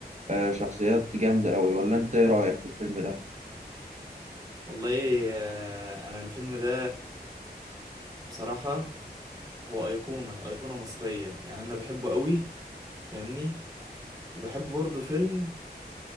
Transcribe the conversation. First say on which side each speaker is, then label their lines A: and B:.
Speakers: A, on the right (about 45°); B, on the right (about 20°).
A: آه، شخصيات جامدة أوي ولا أنت إيه رأيك في الفيلم ده؟
B: والله آه، انا الفيلم ده بصراحة هو ايقونة ايقونة مصرية يعني انا بحبه قوي فاهمني وبحب برضه فيلم